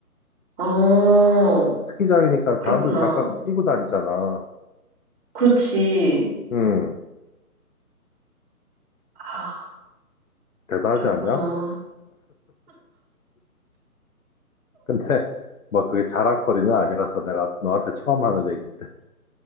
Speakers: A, on the right (about 40°); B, on the left (about 60°).
A: 어.
B: 스키장이니까
A: 그랬구나.
B: 사람들 장갑 끼고 다니잖아.
A: 그렇지.
B: 음,
A: 아,
B: 대단하지
A: 그랬구나.
B: 않냐? 근데 <laughs> 뭐 그게 자랑거리는 아니라서 내가 너한테 처음 하는 얘기인데